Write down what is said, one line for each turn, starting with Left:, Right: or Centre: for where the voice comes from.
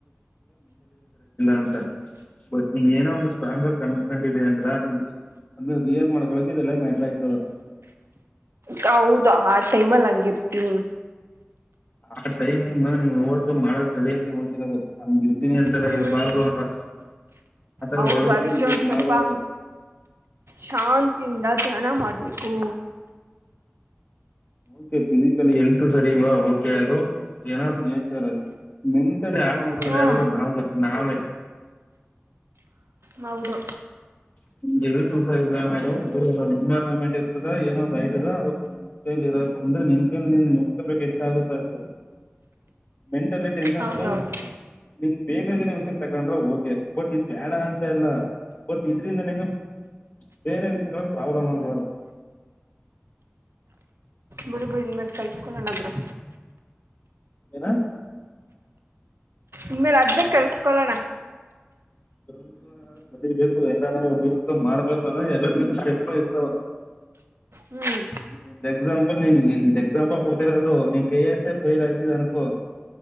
Left: ಅಂತ ಬಟ್ ನೀ ಏನೋ ಸ್ಟ್ರಾಂಗ್ ಆಗಿ ಕೊಂಡ ಅಂದ್ರ <unintelligible> ರಿಯಲ್ ಮಾಡ್ಕೊಳಕೆ ಇದೆಲ್ಲ ಮ್ಯಾಟರ್ ಆಯ್ತದ.
Right: ಹೌದ್ ಆ ಟೈಮಲ್ಲಿ ಹಂಗಿರ್ತಿನಿ.
Left: ಆ ಟೈಮ್ನ ನೀ ನೋಡ್ಕೊಂಡ್ ಮಾಡೋದ್ ಕಲಿ ಅಂತ್ ಹೇಳ್ತಿರೋದು ಹಂಗ ಇರ್ತೀನಿ ಅಂತೆಲ್ಲ
Right: ಹ್ಮ್
Left: ಇರಬಾರ್ದು ಅಂತ ಆತರ
Right: ಹೌದು
Left: ವರ್ಡ್ಗಳನ್ನ
Right: ಅದಕ್ಕೆ
Left: ಯೂಸ್
Right: ಒಂದ ಸ್ವಲ್ಪ
Left: ಮಾಡಬಾರದು
Right: ಶಾಂತಿಯಿಂದ ಧ್ಯಾನ ಮಾಡ್ಬೇಕು.
Left: ಓಕೆ ಫಿಸಿಕಲಿ ಹೆಲ್ತ್ ಸರಿ ಇಲ್ವಾ ಓಕೆ ಅದು ಏನಾದರು ನೇಚರ ಆಗಿ ಹ್ಮು. <unintelligible> ಮಾಡ್ಕೊಳ್ಳೋದು
Right: ಹಾ
Left: ಯಾರು ನಾವ್ ನಾವೇ.
Right: ಹೌದು
Left: <unintelligible> ಎನ್ವಿರೊಂನ್ಮೆಂಟ್ ಇರ್ತದ ಏನೋ ಅಂದ್ ಆಯ್ತದ <unintelligible> <unintelligible> ನೋಡ್ಕೊಬೇಕ್ ಎಷ್ಟ ಆಗುತ್ತ ಅಂತ್ ಹೇ ಮೆಂಟಲಿ ಟೆನ್ಷನ್
Right: ಹೌದೌದು
Left: ಅದು ನಿ ಬೇಕಾಗಿರ ವಿಷಯಕ್ಕೆ ತಗೊಂಡ್ರ ಓಕೆ ಬಟ್ ಇದ್ ಬ್ಯಾಡಾ ಅಂತ ಇಲ್ಲ ಬಟ್ ಇದ್ರಂದ ನಿಂಗ ಬೇರೆ ವಿಷಯಗಳ ಪ್ರಾಬ್ಲಮ್ ಆಗ್ಬಾರ್ದು.
Right: ಬುಡು ಬುಡು ಇನ್ ಮೇಲೆ ಕಲ್ಕೊಳಣಾ ಬಿಡು
Left: ಏನಾ
Right: ಇನ್ ಮೇಲೆ ಅದೇ ಕಲ್ತ್ಕೋಳನ.
Left: ಎಲ್ಲಾ ಕಲಿಬೇಕು ಎಲ್ಲ ನಮಗ್ ಬೇಕು ಮಾಡ್ಬೇಕು ಅಂದ್ರೆ ಎಲ್ಲ ಸ್ಟೇಪ್ ಇರ್ತಾವ
Right: ಹ್ಮ್
Left: ಒಂದ್ ಎಕ್ಸಾಂಪಲ್ ನೀ ಎಕ್ಸಾಂಪಲ್ ಕೊಡ್ತಿರೋದು ನೀ ಕೆ-ಎಸ್-ಎಸ್-ಎ ಫೈಲ್ ಆಯ್ತಿದಿ ಅನ್ಕೋ